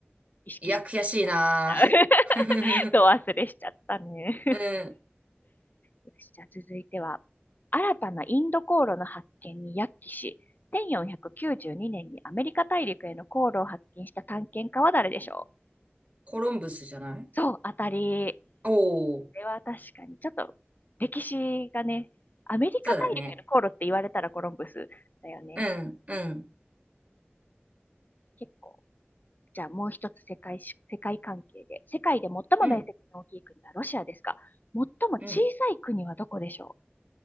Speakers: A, on the left; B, on the right.
A: 意識してまた。
B: いや、悔しいな。
A: <laughs>
B: <laughs>
A: ど忘れしちゃったね。
B: うん。
A: よし、じゃあ続いては、新たなインド航路の発見に躍起し、1492年にねんにアメリカ大陸への航路を発見した探検家は誰でしょう
B: コロンブスじゃない
A: そう、当たり。
B: おおー、
A: これは確かに、ちょっと歴史がね、アメリカ大陸への航路って言われたらコロンブスだよね。
B: そうだね。うん、うん、
A: 結構。じゃあもう一つ世界し、世界関係で。世界で最も面積の大きい国はロシアですが、
B: うん、
A: 最も小さい国はどこでしょ
B: うん。